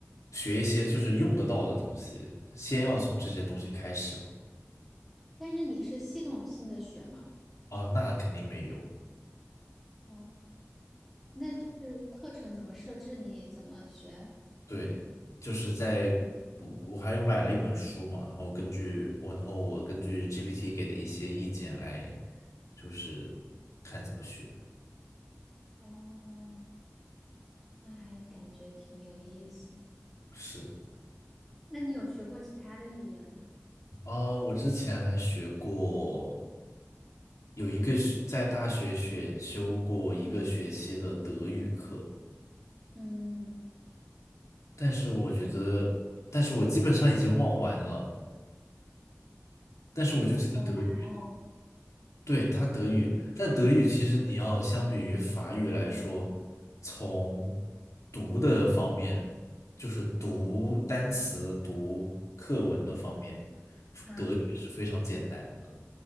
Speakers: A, on the left (about 80°); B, in the centre.
A: 学一些就是用得到的东西，先要从这些东西开始嘛。
B: 但是你是系统性的学吗？
A: 啊，那肯定没有，
B: 哦，那就是课程怎么设置，你怎么学？
A: 对，就是在我我还有买了一本书嘛，然后根据我，然后我根据 GPT 给的一些意见来，就是看怎么学。
B: 哦，那还感觉挺有意思的。
A: 是
B: 那你有学过其他的语言吗？
A: 啊，我之前还学过，有一个是在大学选修过一个学期的德语课，
B: 嗯。
A: 但是我觉得，但是我基本上已经忘完了，但是我就记得德语。
B: 好难哦
A: 对，它德语，但德语其实你要相比于法语来说，从读的方面，就是读单词、读课文的方面，
B: 啊！
A: 德语是非常简单的。